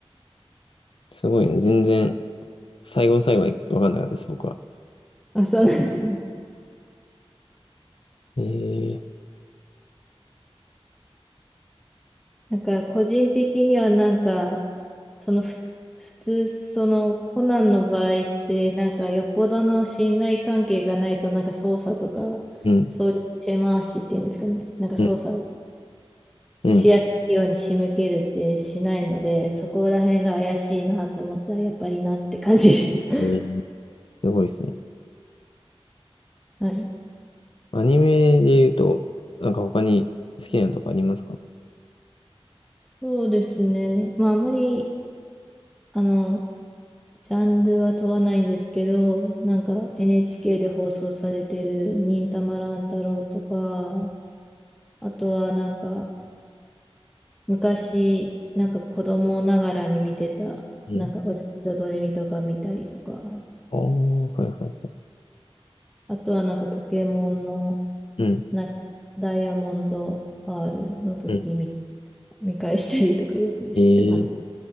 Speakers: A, on the left (about 60°); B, in the centre.
A: すごいな。全然、最後の最後はわかんなかったです、僕は。
B: あ、そうなんですね。<laughs>
A: えー、
B: なんか個人的にはなんかそのふ普通そのコナンの場合ってなんかよっぽどの信頼関係がないとなんか捜査とか
A: うん、
B: そういう手回しっていうんですかねなんか捜査
A: うん、うん。
B: しやすいように仕向けるってしないのでそこら辺が怪しいなと思ったらやっぱりなって感じでした。
A: えー、すごいですね。
B: <laughs> はい。
A: アニメで言うと、なんか他に好きなのとかありますか
B: そうですね。まああまりあのジャンルは問わないんですけど、なんか NHK で放送されてる忍たま乱太郎とか、あとはなんか昔、なんか子供ながらに見てた、
A: うん。
B: なんかおじゃどれみとか見たりとか、
A: ああ、はいはい。
B: あとはなんかポケモンの
A: うん、
B: なんかダイヤモンド R の時見、
A: うん。
B: 見返したりとかよくしてます。
A: えー、